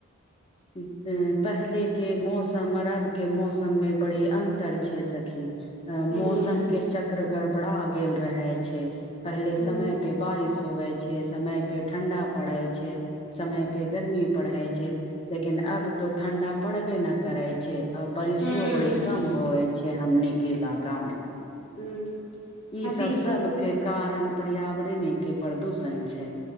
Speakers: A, on the left; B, on the left.
A: ऐ पहले के मौसम और अब के मौसम मे बड़ी अन्तर छै सखीअ मौसम
B: हूँ
A: के चक्र गड़ बड़ा गेल रहा छै। पहले
B: हूँ
A: समय पे बारिश होवे छै। समय पे ठण्डा पड़े छै। समय पे गर्मी पड़े छै लेकिन अब तो ठंडा पड़बे न करे छै। अ बारिशो
B: हूँ
A: बड़ी कम होवे छै। हमनी के इलाका में।
B: हूँ
A: इ
B: अभी
A: सभ सभ
B: तो
A: के कारण पर्यावरणें के प्रदूषण छैय